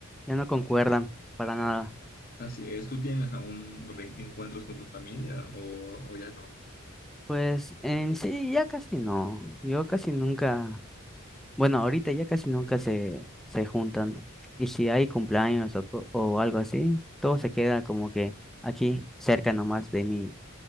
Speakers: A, in the centre; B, on the left.
A: ya no concuerdan para nada.
B: Así es, ¿tú tienes aún reencuentros con tu familia o, o ya no?
A: Pues en sí ya casi no, yo casi nunca, bueno, ahorita ya casi nunca se, se juntan. Y si hay cumpleaños o, co- o algo así, todo se queda como que aquí cerca nomás de mi,